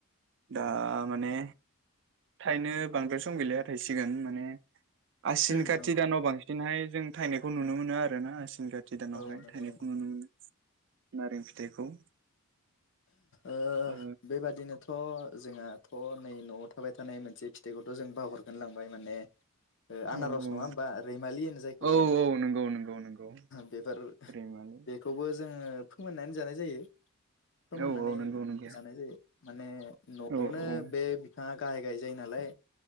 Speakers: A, on the right; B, on the left.
A: दा माने थाइनो बांद्राय सम गैलिया थायसिगोन माने आसिन
B: औ
A: खाति दानाव बांसिनहाय जों थायनायखौ नुनो मोनो आरो ना आसिन खाथि
B: औ
A: दानावहाय
B: नंगौ
A: थायनायखौ
B: नंगौ
A: नुनो मोन नारें फिथाइखौ
B: ओ
A: ओ
B: बेबादिनोथ' जोंहाथ' नै न'आव थाबाय थानाय मोनसे फिथाइखौथ' जों बावहरखोन लांबाय माने ओ आनारस
A: औ
B: नङा होमबा रैमालि होनो जायखौ
A: औ
B: जों
A: औ औ नंगौ नंगौ नंगौ
B: बेफोर ओ'
A: रैमालि
B: बेखौबो जोङो फोमोननानै जानाय जायो फोमोननानै
A: औ औ नंगौ नंगौ
B: जानाय जायो माने न'आवनो
A: औ औ
B: बे बिफाङा गाहाय गाहाय जायो नालाय